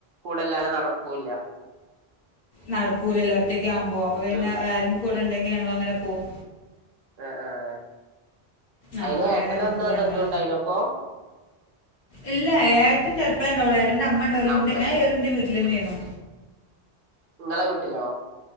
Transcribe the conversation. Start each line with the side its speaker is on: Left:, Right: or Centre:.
Right: കൂടെല്ലാതെ നടക്കൂല്ല.
Left: നടക്കൂലല്ലോ ഒറ്റയ്ക്കാവുമ്പോ?
Right: ഉം
Left: അപ്പൊ പിന്നെ
Right: ഉം
Left: ആരെങ്കി കൂടെണ്ടെങ്കി ഞങ്ങളങ്ങനെ പോകും.
Right: ആ ആഹ്.
Left: ആ
Right: അയ്ന്
Left: അങ്ങനെ
Right: ഏട്ടനന്ന്
Left: നിൽക്കും ഞങ്ങൾ
Right: എന്നുണ്ടായിനപ്പൊ?
Left: ഇല്ല ഏട്ട ചെലപ്പയേ ണ്ടാവൊള്ളൂ. ഏട്ടൻന്റെ അമ്മണ്ടാവല്ണ്ട്.
Right: അമ്മനെ
Left: ഞാൻ ഏറും ന്റെ വീട്ടിലെന്നേന്നു.
Right: ഇങ്ങള വീട്ടിലോ?